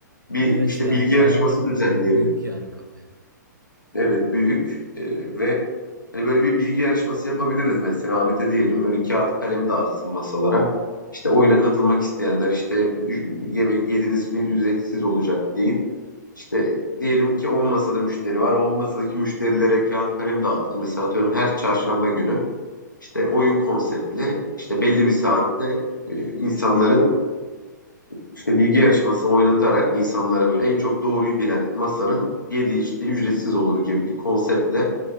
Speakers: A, on the left; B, on the right.
A: bir
B: Evet
A: işte
B: yani
A: bilgi yarışması
B: bayağı da
A: düzenleyebiliriz.
B: büyük, büyük yani kafe.
A: Evet büyük Ee, ve hani böyle bir bilgi yarışması yapabiliriz mesela Ahmet'e diyelim böyle kağıt kalem dağıtsın masalara. İşte oyuna katılmak isteyenler işte ü- yemek yediğiniz için ücretsiz olacak deyip işte diyelim ki 10 masada müşteri var. O 10 masadaki müşterilere kağıt kalem dağıtılır. Mesela atıyorum her çarşamba günü işte oyun konseptli işte belli bir saatte e, insanların işte bilgi yarışması oynatarak insanlara böyle en çok doğruyu bilen masanın yediği işte ücretsiz olur gibi bir konseptle